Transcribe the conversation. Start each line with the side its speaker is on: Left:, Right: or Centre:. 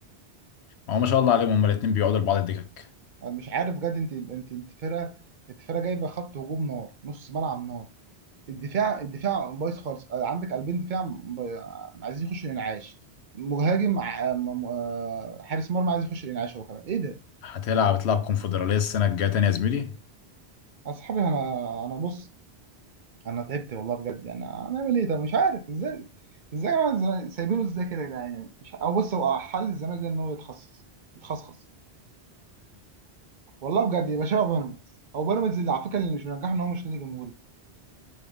Left: هو ما شاء الله عليهم هما الاتنين بيقعدوا لبعض الدكك
Right: أنا مش عارف بجد انت انت انت فرقه انت فرقه جايبه خط هجوم نار نص ملعب نار الدفاع الدفاع بايظ خالص عندك قلبين دفاع ب... عايزين يخشوا الانعاش مهاجم ع- م- م- آه، حارس مرمى عايز يخش الانعاش هو كمان ايه ده
Left: هتلعب تلعب كونفدراليه السنه الجايه تاني يا زميلي
Right: اصحابي انا انا بص انا تعبت والله بجد يعني هنعمل ايه ده مش عارف ازاي ازاي يا جماعة الزمالك- سايبينه ازاي كده يا جدعان يعني مش او بص هو حل الزمالك ده ان هو يتخصص يتخصص والله بجد يبقى شبه بيراميدز او بيراميدز اللي على فكره اللي مش منجحه ان هو مش نادي جمهوري